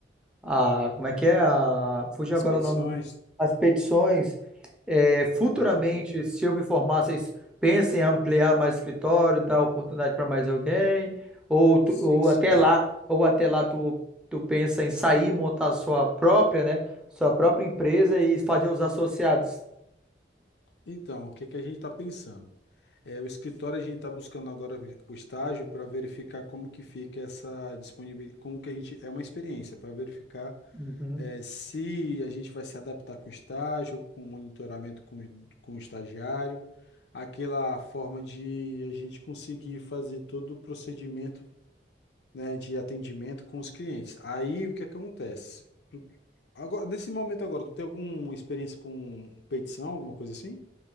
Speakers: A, in the centre; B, on the left.
A: a, como é que é? A, fugiu
B: Das
A: agora
B: petições.
A: o nome. As petições. É, futuramente,
B: Uhum.
A: se eu me formar, vocês pensem em ampliar mais o escritório, dar oportunidade para mais alguém, ou, tu-
B: Sim,
A: ou
B: sim.
A: até lá, ou até lá tu, tu pensa em sair, montar sua própria, né? Sua própria empresa e fazer os associados.
B: Então, o que que a gente está pensando? É, o escritório a gente está buscando agora o estágio para verificar como que fica essa disponibilidade, como que a gente, é uma experiência para verificar
A: Uhum.
B: eh, se a gente vai se adaptar com o estágio, com o monitoramento com, o- com o estagiário, aquela forma de a gente conseguir fazer todo o procedimento, né, de atendimento com os clientes. Aí o que é que acontece? Agora, nesse momento agora, tu tem alguma experiência com petição, alguma coisa assim?